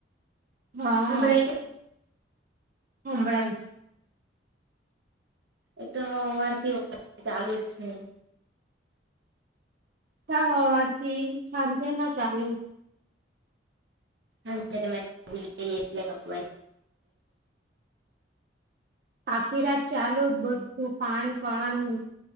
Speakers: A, on the right; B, on the right.
A: હા.
B: સંભળાય કે
A: હમ, ભરા જ છે.
B: એ તો વાર થી વાર ચાલુ જ છે.
A: તાવારથી છાન છે, ના ચાલે.
B: હા, કપડાં.
A: આખી રાત ચાલો જ બધું પાણી પાણી.